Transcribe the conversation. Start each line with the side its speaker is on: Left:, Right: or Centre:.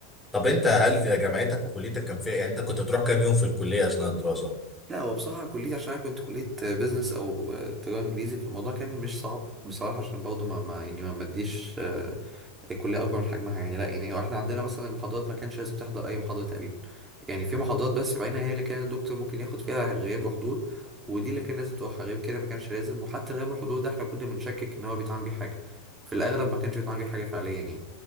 Centre: طب انت هل جامعتك وكليتك كان فيها يعني انت كنت بتروح كام يوم في الكلية اثناء الدراسة؟
Right: لا هو بصراحة كليتي عشان أنا كنت كلية بيزنس أو تجارة إنجليزي فالموضوع كان مش صعب بصراحة عشان برضه ما ما يعني ما مديش الكليه اكبر من حجمها يعني لا يعني هو احنا عندنا مثلا المحاضرات ما كانش لازم تحضر اي محاضره تقريبا يعني في محاضرات بس بعينها هي اللي كان الدكتور ممكن ياخد فيها غياب وحضور ودي اللي كان لازم تروحها غير كده ما كانش لازم وحتى الغياب والحضور ده احنا كنا بنشكك ان هو بيتعامل بيه حاجه في الاغلب ما كانش بيتعامل بيه حاجه فعليا يعني